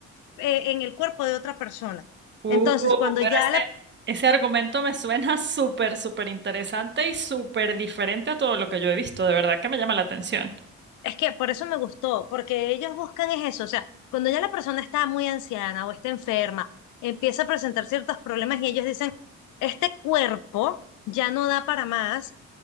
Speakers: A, on the left; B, on the right.
A: eh, en el cuerpo de otra persona.
B: Uh,
A: Entonces, cuando
B: pero
A: ya
B: ese,
A: la...
B: ese argumento me suena <laughs> súper, súper interesante y súper diferente a todo lo que yo he visto. De verdad que me llama la atención.
A: Es que por eso me gustó, porque ellos buscan es eso, o sea, cuando ya la persona está muy anciana o está enferma, empieza a presentar ciertos problemas y ellos dicen, este cuerpo ya no da para más,